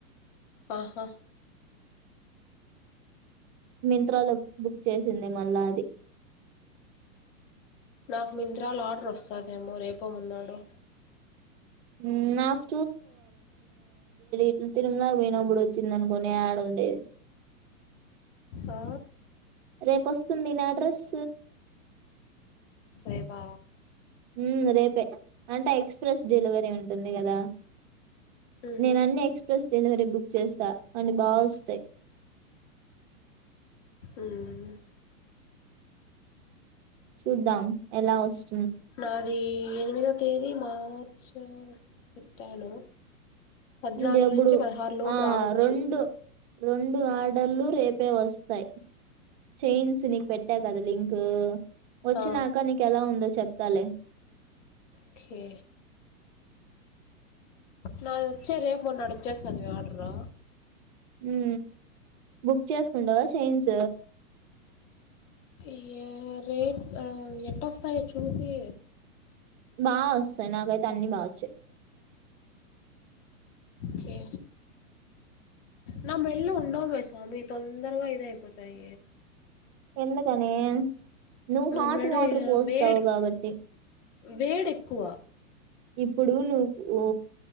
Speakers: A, on the left; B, on the right.
A: ఆహా
B: మింత్రాలో బుక్ చేసింది మళ్ళా అది
A: నాకు మిత్ర లో ఆర్డర్ వస్తుందేమో రేపో మనడో
B: ఉమ్ నాకు లు తిరులాగా వినప్పుడ వచ్చింది అనుకునే ఆడ ఉండేది
A: ఆ
B: రేపు వస్తుంది నా అడ్రస్
A: రేపా
B: ఉహ్ రేపే అంటే ఎక్స్ప్రెస్ డెలివరీ ఉంటుంది కదా
A: ఉహు
B: నేను అన్ని ఎక్స్ప్రెస్ డెలివరీ బుక్ చేస్తా అని బాగా వస్తాయి
A: ఉహు
B: చూద్దాం ఎలా వస్తు
A: నాది ఎనిమిదివ తేదీ మార్చ్ పెట్టాను పద్నాలుగు
B: ఇది ఎప్పుడు
A: నుంచి పదహారులో
B: ఆ
A: రావచ్చు
B: రెండు రెండు ఆర్డర్లు రేపే వస్తాయి చైన్స్ నీకు పెట్టా కదా లింక్ వచ్చినాక
A: ఆ
B: నీకు ఎలా ఉందో చెప్తాలే
A: ఓకే నాది వచ్చే రేపు మన్నాడు వచ్చే అదివి ఆర్డరా
B: ఉ బుక్ చేసుకుంటావా చేయించ
A: ఏ రేట్ ఎట్లావస్తాయో చూసి
B: బా వస్తాయి నాకైతే అన్ని బాగా వచ్చాయి
A: కే నా మెళ్ళ ఉండమే స్వామి తొందరగా ఇద అయిపోతాయి
B: ఎందుకని నువ్వు
A: నా
B: హాట్
A: మెడ
B: వాటర్ పోస్తావు
A: వేడి
B: కాబట్టి
A: వేడి ఎక్కువ
B: ఇప్పుడు నువ్వు ఓ